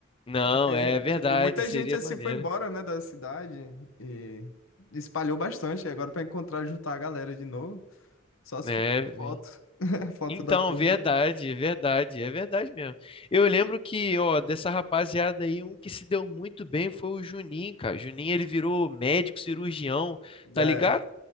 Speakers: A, on the left; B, on the left.
A: Não,
B: Porque,
A: é verdade.
B: tipo, muita
A: Seria
B: gente assim
A: maneiro,
B: foi embora, né, da cidade e espalhou bastante. E Agora pra encontrar, juntar a galera de novo, só se
A: né?
B: for por
A: ve-
B: foto, <laughs> foto
A: Então,
B: da turma.
A: verdade, é verdade. É verdade mesmo. Eu lembro que, ó, dessa rapaziada aí, um que se deu muito bem foi o Juninho, cara. Juninho, ele virou médico cirurgião, tá
B: É,
A: ligado?